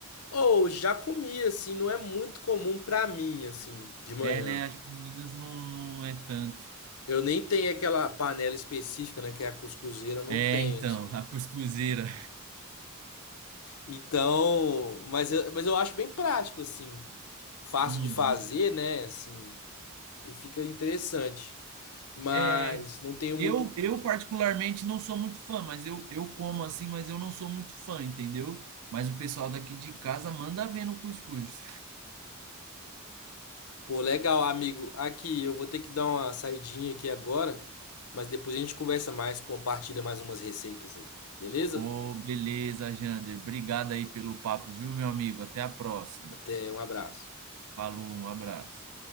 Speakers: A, on the left; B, on the right.
A: Ou já comi assim, não é muito comum pra mim assim, de manhã.
B: É, né? Acho que em Minas não, não é tanto.
A: Eu nem tenho aquela panela específica, né, que é a cuscuzeira, eu não
B: É,
A: tenho
B: então,
A: assim.
B: a cuscuzeira.
A: Então, mas eu, mas eu acho bem prático assim, fácil
B: Uhum.
A: de fazer, né, assim, e fica interessante. Mas
B: É,
A: não tenho
B: eu,
A: muito.
B: eu particularmente não sou muito fã, mas eu, eu como assim, mas eu não sou muito fã, entendeu? Mas o pessoal daqui de casa manda ver no cuscuz.
A: Pô, legal, amigo. Aqui eu vou ter que dar uma saidinha aqui agora, mas depois a gente conversa mais, compartilha mais umas receitas aí. Beleza?
B: Ô, beleza, Jander. Obrigado aí pelo papo, viu, meu amigo? Até a próxima.
A: Até, um abraço.
B: Falou, um abraço.